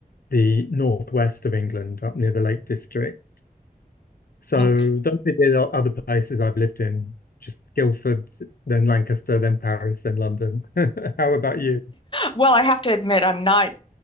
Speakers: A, on the left; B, on the left.
A: the northwest of England, up near the Lake District. So
B: Okay.
A: those are the other places I've lived in, just Guildford, then Lancaster, then Paris, then London. <laughs> How about you?
B: Well, I have to admit, I'm not